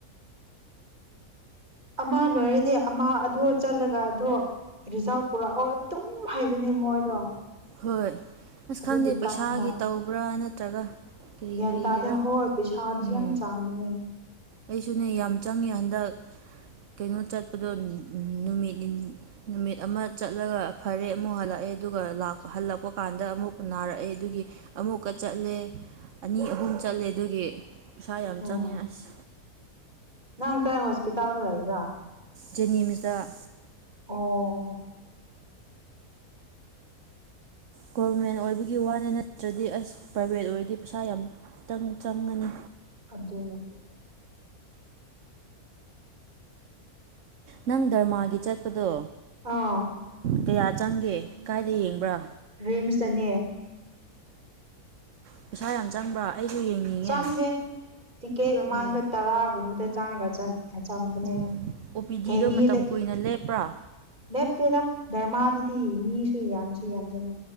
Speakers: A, on the right; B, on the right.
A: ꯑꯃ ꯂꯣꯏꯔꯗꯤ ꯑꯃ ꯑꯗꯣ ꯆꯠꯂꯒ ꯑꯗꯣ ꯔꯤꯖꯥ ꯄꯨꯔꯛꯑꯣ ꯑꯗꯨꯝ ꯍꯩꯕꯅꯦ ꯃꯣꯏꯗꯣ
B: ꯍꯣꯏ ꯑꯁ
A: ꯑꯗꯨꯒꯤ
B: ꯈꯪꯗꯦ ꯄꯩꯁꯥꯒꯤ
A: ꯇꯥꯟꯕ
B: ꯇꯧꯕ꯭ꯔꯥ ꯅꯠꯇ꯭ꯔꯒ ꯀꯔꯤ
A: ꯒ꯭ꯌꯥꯟ
B: ꯀꯔꯤꯒꯤꯔꯥ
A: ꯇꯥꯗꯦ ꯍꯣꯏ ꯄꯩꯁꯥꯗꯤ
B: ꯎꯝ
A: ꯌꯥꯝ ꯆꯥꯡꯕꯅꯦ
B: ꯑꯩꯁꯨꯅꯦ ꯌꯥꯝ ꯆꯪꯉꯦ ꯍꯟꯗꯛ ꯀꯩꯅꯣ ꯆꯠꯄꯗꯣ ꯅꯨꯃꯤꯠ ꯅꯨꯃꯤꯠ ꯑꯃ ꯆꯠꯂꯒ ꯐꯔꯦ ꯑꯃꯨꯛ ꯍꯜꯂꯛꯑꯦ ꯑꯗꯨꯒ ꯂꯥꯛꯄ ꯍꯜꯂꯛꯄ ꯀꯥꯟꯗ ꯑꯃꯨꯛꯀ ꯅꯥꯔꯛꯑꯦ ꯑꯗꯨꯒꯤ ꯑꯃꯨꯛꯀ ꯆꯠꯂꯦ ꯑꯅꯤ ꯑꯍꯨꯝ ꯆꯠꯂꯦ ꯑꯗꯨꯒꯤ ꯄꯩꯁꯥ ꯌꯥꯝ
A: ꯑꯣ
B: ꯆꯪꯉꯦ ꯑꯁ
A: ꯅꯪ ꯀꯥꯏ ꯍꯣꯁꯄꯤꯇꯥꯜꯗ ꯂꯩꯕ꯭ꯔꯥ
B: ꯖꯦꯅꯤꯝꯁꯇ
A: ꯑꯣ ꯑꯣ
B: ꯒꯣꯕꯔꯃꯦꯟ ꯑꯣꯏꯕꯒꯤ ꯋꯥꯅꯦ ꯅꯠꯇ꯭ꯔꯗꯤ ꯑꯁ ꯄ꯭ꯔꯥꯏꯚꯦꯠ ꯑꯣꯏꯔꯗꯤ ꯄꯩꯁꯥ ꯌꯥꯝꯅꯥ ꯆꯪꯉꯅꯤ
A: ꯑꯗꯨꯅ‌ꯦ
B: ꯅꯪ ꯗ꯭ꯔꯃꯥꯒꯤ ꯆꯠꯄꯗꯣ
A: ꯑꯥ
B: ꯀꯌꯥ ꯆꯪꯒꯦ ꯀꯥꯏꯗ ꯌꯦꯡꯕ꯭ꯔꯥ
A: ꯔꯤꯝꯁꯇꯅꯦ
B: ꯑꯣ ꯄꯩꯁꯥ ꯌꯥꯝ ꯆꯪꯕ꯭ꯔꯥ ꯑꯩꯁꯨ ꯌꯦꯡꯅꯤꯡꯉꯦ
A: ꯆꯪꯗꯦ ꯇꯤꯛꯀꯦꯠ ꯃꯃꯥꯟꯗꯣ
B: ꯑꯣ
A: ꯇꯔꯥꯒꯨꯝꯕꯗ ꯆꯥꯔꯒ ꯆꯥꯡꯕꯅꯦ
B: ꯑꯣ ꯑꯣ ꯄꯤ ꯗꯤꯗꯣ
A: ꯀꯩꯅꯤꯗ
B: ꯃꯇꯝ ꯀꯨꯏꯅ ꯂꯦꯞꯄ꯭ꯔꯥ
A: ꯂꯦꯞꯇꯦꯗ ꯗꯔꯃꯥꯗꯨꯗꯤ ꯃꯤꯁꯨ ꯌꯥꯝꯁꯨ ꯌꯥꯝꯗꯅ